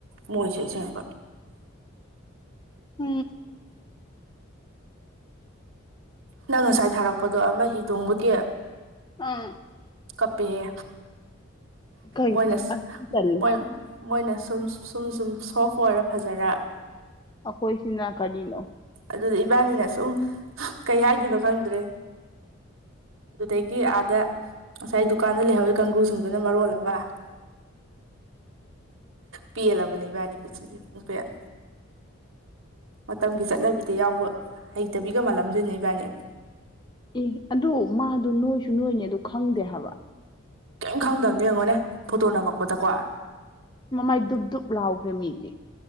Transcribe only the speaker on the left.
ꯎꯝ
ꯑꯥ
ꯀꯩ
ꯑꯁ ꯇꯜꯂꯦ
ꯑꯈꯣꯏꯁꯤꯅ ꯀꯔꯤꯅꯣ
ꯑꯦ ꯑꯗꯣ ꯃꯥꯗꯣ ꯅꯣꯏꯁꯨ ꯅꯣꯏꯅꯦ ꯑꯗꯨ ꯈꯪꯗꯦ ꯍꯥꯏꯕ
ꯃꯃꯥꯏ ꯗꯨꯞ ꯗꯨꯞ ꯂꯥꯎꯈ꯭ꯔꯦ ꯃꯤꯗꯤ